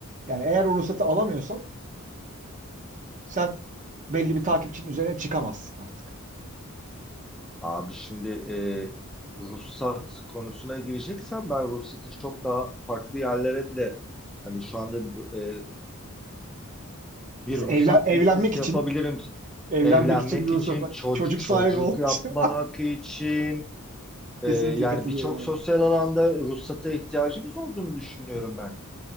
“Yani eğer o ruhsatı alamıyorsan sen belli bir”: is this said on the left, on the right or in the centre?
Right